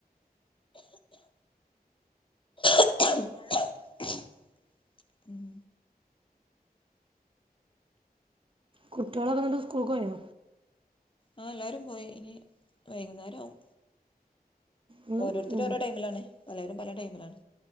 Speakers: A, on the left (about 35°); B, on the right (about 35°).
A: മഴണ്ട് ഉം
B: കുട്ട്യോളൊക്കെന്ന്ട്ട് സ്കൂൾക്കോയോ?
A: ആഹ് എല്ലാരും പോയി ഇനി വൈകുന്നേരേവും
B: ഒന്നും
A: ഓരോരുത്തരും
B: ഉം.
A: ഓരോ ടൈമിലാണ് പലരും പല ടൈമിലാണ്